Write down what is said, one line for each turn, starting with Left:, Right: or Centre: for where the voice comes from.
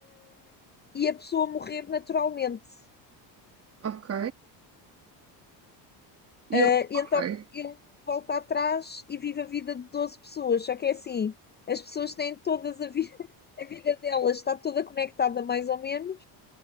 Left: e a pessoa morrer naturalmente.
Right: Ok. E
Left: Uh,
Right: ele,
Left: então
Right: ok.
Left: ele volta atrás e vive a vida de 12 pessoas, só que é assim. As pessoas têm todas a vida, <laughs> a vida delas está toda conectada mais ou menos,